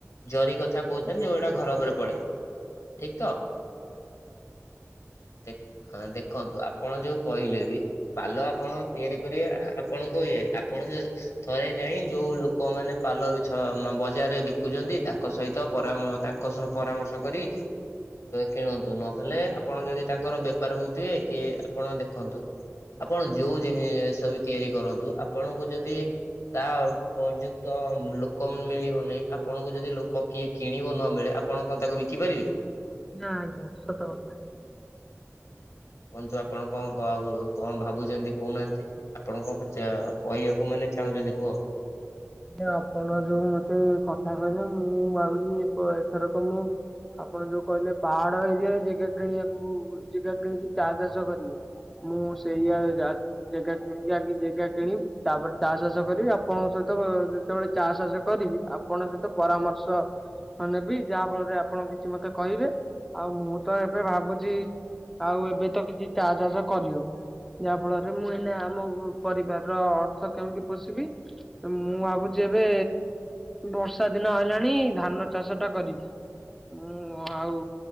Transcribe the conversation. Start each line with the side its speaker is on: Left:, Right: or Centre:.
Left: ଜରି କଥା କହୁଛନ୍ତି ଯୋଉଟା ଘର ଉପରେ ପଡେ ଠିକ ତ ଦେ ଦେଖନ୍ତୁ ଆପ୍ ଆପଣ ଯୋଉ କହିଲେ ବି ପାଲ ଆପଣ ତିଆରି କରିବେ ଆପଣଙ୍କୁ ଇଏ ଆପଣଙ୍କୁ ଥରେ ଯାଇ ଯେଉଁ ଲୋକମାନେ ପାଲ ବିଛ ବଜାରରେ ବିକୁଛନ୍ତି ତାଙ୍କ ସହିତ ପରାମ ତାଙ୍କ ସହ ପରାମର୍ଶ କରି କିଣନ୍ତୁ ନହେଲେ ଆପଣ ଯଦି ତାଙ୍କର ବେପାର ହଉଥିବେ କି ଏ ଆପଣ ଦେଖନ୍ତୁ ଆପଣ ଯୋଉ ଜିନିଷ ବି ତିଆରି କରନ୍ତୁ ଆପଣଙ୍କୁ ଯଦି ତା ଉପଯୁକ୍ତ ଲୋକ ମିଳିବନିଁ ଆପଣଙ୍କୁ ଯଦି ଲୋକ କିଏ କିଣିବ ନ ମିଳେ ଆପଣ କଣ ତାକୁ ବିକିପାରିବେ?
Centre: ନାଁ ଆଜ୍ଞା ସତ କଥା ।
Left: କୁହନ୍ତୁ ଆପଣ କ କଣ କଣ ଭାବୁଛନ୍ତି କହୁନାହାନ୍ତି ଆପଣ କଣ କହିବାକୁ ମାନେ ଚାହୁଁଛନ୍ତି କୁହ ହଁ
Centre: ଆପଣ ଯୋଉ ମତେ କଥା କହିଲେ ମୁଁ ଭାବିଲି ଏଥରକ ମୁଁ ଆପଣ ଯୋଉ କହିଲେ ପାହାଡ ଏରିଆରେ ଜାଗା କିଣିବାକୁ ଜାଗା କିଣିକି ଚା ଚାଷ କରିବେ ମୁଁ ସେଇଆ ଜ୍ ଜାଗା କିଣିକି ଆଗ ଜାଗା କିଣିବି ତାପରେ ଚା ଚାଷ କରିବି ଆପଣଙ୍କ ସହି ଯେତେବେଳେ ଚା ଚାଷ କରିବି ଆପଣଙ୍କ ସହିତ ପରାମର୍ଶ ହଁ ନେବି ଯାହା ଫଳରେ ଆପଣ କିଛି ମତେ କହିବେ ଆଉ ମୁଁ ତ ଏବେ ଭାବୁଛି ଆଉ ଏବେ ତ କିଛି ଚା ଚାଷ କରିହବ ଯାହା ଫଳରେ ମୁଁ ଏଇନେ ଆମ ପରିବାର ର ଅର୍ଥ କେମିତି ପୋଷିବି ମୁଁ ଭାବୁଛି ଏବେ ବର୍ଷା ଦିନ ଆଇଲାଣି ଧାନ ଚାଷ ଟା କରିବି । ମୁଁ ଆଉ